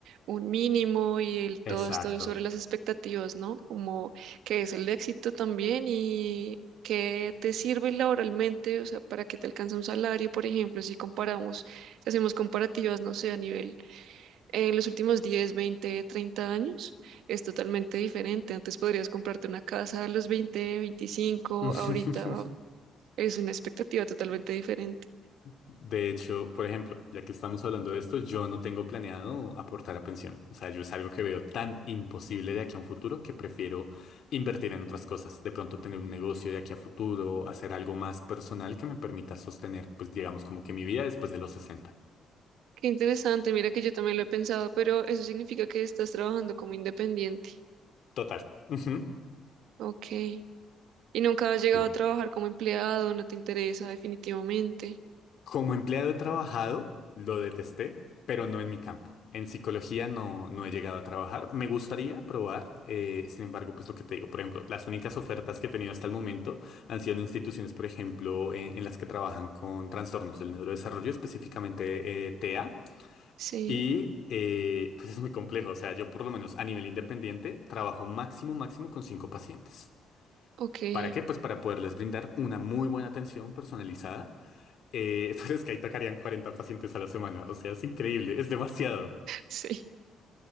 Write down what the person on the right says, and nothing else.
un mínimo y el todo
esto sobre las expectativas, ¿no? Como qué es el éxito también y qué te sirve laboralmente, o sea, para que te alcance un salario, por ejemplo, si comparamos, hacemos comparativas, no sé, a nivel en los últimos 10, 20, 30 años es totalmente diferente. Antes podrías comprarte una casa a los 20, 25.
ahorita es una expectativa totalmente diferente.
Qué interesante, mira que yo también lo he pensado, pero eso significa que estás trabajando como independiente.
Ok. Y nunca has llegado
a trabajar como empleado, no te interesa definitivamente.
Sí,
ok, <laughs>
sí.